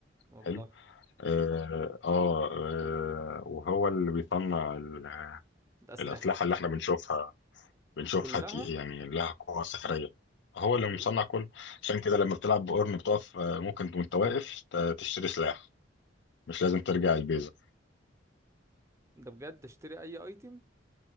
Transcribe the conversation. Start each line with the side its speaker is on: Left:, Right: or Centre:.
Right: والله
Left: حلو اه, آه آه، وهو اللي بيصنع ال-
Right: ده اسلحه
Left: الأسلحة اللي احنا بنشوفها بنشوفها
Right: كلها
Left: تي- يعني لها قوة سحرية هو اللي
Right: كلها
Left: مصنع كل عشان كده لما بتلعب بقرن بتقف آه، ممكن وانت واقف ت- تشتري سلاح مش لازم ترجع البيز
Right: ده بجد اشتري اي ايتم